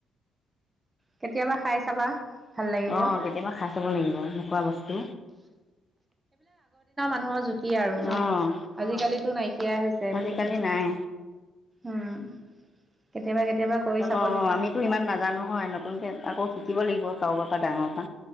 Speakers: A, on the right (about 20°); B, on the left (about 30°).
A: কেতিয়াবা খাই চাবা ভাল লাগিব
B: আহ কেতিয়াবা খাই চাব লাগিব নোখোৱা বস্তু
A: হ যদি কি আৰু ন
B: অ',
A: আজিকালিতো নাইকিয়াই হৈছে সেইবোৰ
B: আজিকালি নাই
A: উম কেতিয়াবা কেতিয়াবা কৰিছে
B: অ আমিতো ইমান নাজানো হয় নতুনকে আকৌ শিকিব লাগিব কাৰোবাৰ ডাঙৰ পা